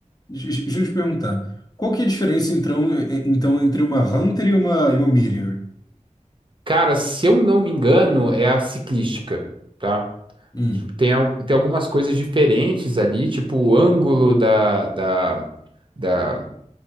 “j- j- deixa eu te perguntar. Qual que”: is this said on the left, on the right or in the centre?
Left